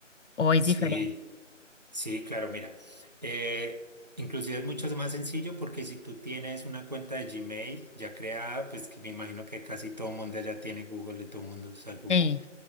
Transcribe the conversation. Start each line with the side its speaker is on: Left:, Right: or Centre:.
Left: ¿o es
Right: Sí,
Left: diferente?
Right: sí, claro, mira. eh, inclusive es mucho más sencillo porque si tú tienes una cuenta de Gmail ya creada, pues que me imagino que casi todo el mundo allá tiene Google, de todo el mundo usa Google.
Left: Sí,